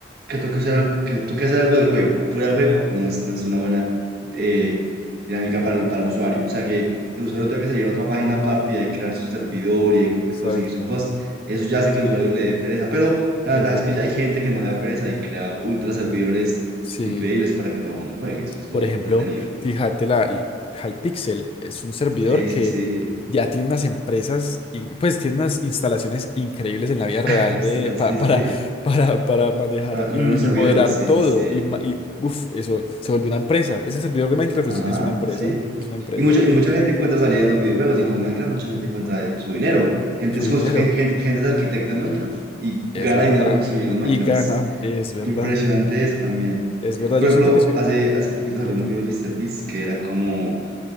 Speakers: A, on the right; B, on the left.
A: que toque hacer, al- que toque hacer algo del juego. Fuera del juego no es, no es una buena eh, dinámica para el, para el usuario. O sea, que, que el usuario tenga que salir a otra página aparte y ahí crear su servidor y ahí
B: Exacto,
A: conseguir su host. Eso ya hace que el usuario le dé pereza. Pero la
B: es
A: ventaja
B: verdad.
A: es que ya hay gente que no le da pereza y crea ultra servidores
B: Sí,
A: increíbles para que todo el mundo juegue. Eso es lo
B: por ejemplo,
A: entretenido.
B: fíjate, la l- Hypixel es un servidor
A: Sí,
B: que
A: sí, sí.
B: ya tiene unas empresas, in- pues tiene unas instalaciones increíbles en la vida real
A: <laughs> Instala-
B: de, pa-
A: Sí, sí,
B: para,
A: sí.
B: <laughs> para, para manejar
A: Para correr
B: y,
A: un servidor.
B: y moderar
A: Sí,
B: todo.
A: sí, sí.
B: Y, ma- y uf, eso se volvió una empresa. Ese servidor de Minecraft
A: Ajá,
B: es es una empresa,
A: sí.
B: es una empresa,
A: Y mucha, y mucha gente encuentra salida en los videojuegos. Digamos, en Minecraft mucha gente encuentra su dinero. Gente
B: su
A: es,
B: dinero.
A: constru- gen- gen- gente, es arquitecta en Minecraft y gana
B: Es verdad.
A: dinero construyendo en Minecraft.
B: Y ganan.
A: Es
B: Es verdad.
A: impresionante eso también.
B: Es verdad.
A: Por
B: Yo
A: ejemplo,
B: siento que sí.
A: hace, hace poquito salió
B: Contame.
A: un video de míster Beast que era como